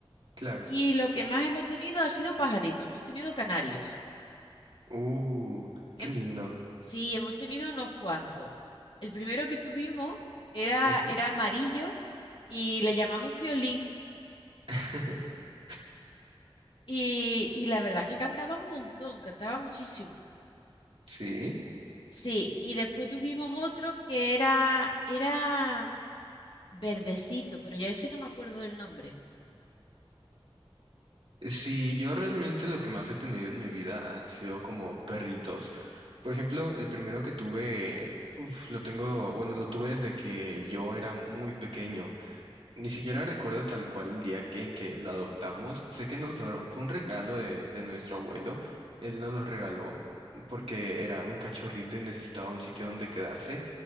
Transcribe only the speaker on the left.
Y lo que más hemos tenido ha sido pajaritos, hemos tenido canarios.
Hem-
sí, hemos tenido unos cuantos. El primero que tuvimos era,
era amarillo y le llamamos Piolín.
Y, y la verdad es que cantaba un montón, cantaba muchísimo.
Sí, y después tuvimos otro que era, era verdecito, pero ya ese no me acuerdo del nombre.